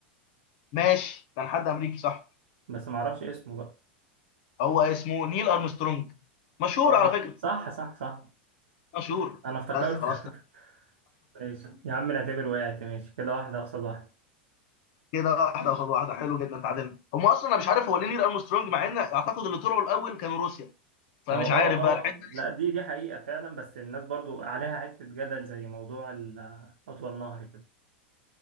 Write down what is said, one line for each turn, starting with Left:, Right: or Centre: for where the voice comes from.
Left: ماشي كان حد امريكي صح
Right: بس ما أعرفش اسمه بقى
Left: هو اسمه نيل ارمسترونج مشهور
Right: أه
Left: على فكره
Right: صح صح صح
Left: مشهور
Right: أنا افتكرت
Left: بس خلاص
Right: <laughs> ماشي يا عم نعتبر وقعت ماشي كده واحدة قصاد واحدة
Left: كده واحده قصاد واحده حلو جدا اتعادلنا هم اصلا انا مش عارف هو ليه نيل ارمسترونج مع ان اعتقد اللي طلعوا الاول كانوا روسيا فمش
Right: ما هو اه
Left: عارف
Right: اه
Left: بقى الحته
Right: آه.
Left: دي
Right: لا دي دي حقيقة فعلا بس الناس برضو عليها حتة جدل زي موضوع ال- أطول نهر كده